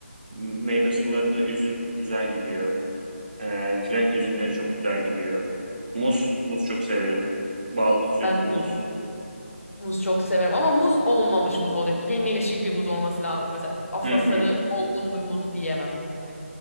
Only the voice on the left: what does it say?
Hmm.
Ben de
muz, muz çok severim. Ama muz olmamış muz olacak. Yemyeşil bir muz olması lazım. Mesela asla
sarı olgun bir muz yiyemem.